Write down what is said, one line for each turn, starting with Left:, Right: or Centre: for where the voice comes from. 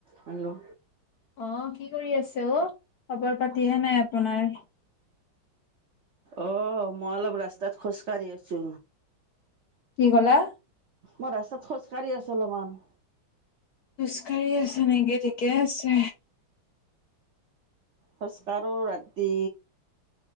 Right: Hello,
Left: অ, কি কৰি আছে অ, খবৰ পাতিহে নাই আপোনাৰ?
Right: অ, মই অলপ ৰাস্তাত খোজকাঢ়ি আছো।
Left: কি ক'লা?
Right: মই ৰাস্তাত খোজকাঢ়ি আছো অলমান।
Left: খোজকাঢ়ি আছে নেকি ঠিকে আছে।
Right: খোজকাঢ়ো ৰাতি